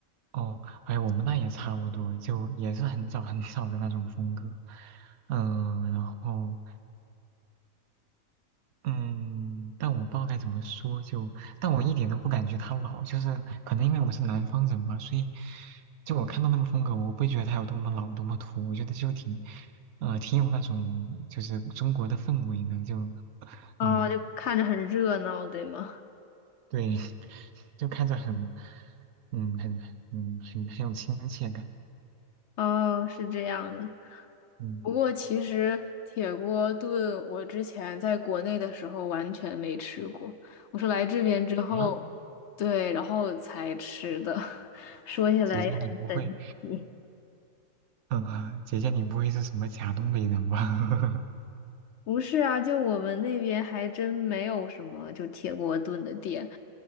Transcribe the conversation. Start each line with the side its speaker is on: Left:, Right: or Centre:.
Right: 哦，哎，我们那也差不多，就也是很早很早的那种风格，嗯，然后嗯，但我不知道该怎么说，就但我一点都不感觉它老，就是可能因为我是南方人吧，所以就我看到那个风格，我不会觉得它有多么老多么土，我觉得就挺呃挺有那种就是中国的氛围的，就
Left: <laughs> 哦，
Right: 嗯
Left: 就看着很热闹，对吗？
Right: 对，<laughs> 就看着很嗯很嗯很很有亲切感，
Left: 哦，是这样的。
Right: 嗯。
Left: 不过其实铁锅炖，我之前在国内的时候完全没吃过，我是来这边之后，
Right: 啊，
Left: 对，然后才吃的。<laughs> 说起来也很神奇。
Right: 姐姐你不会，嗯、啊姐姐你不会是什么假东北人吧？
Left: 不是啊，就我们那边还真没有什么就铁锅炖的店，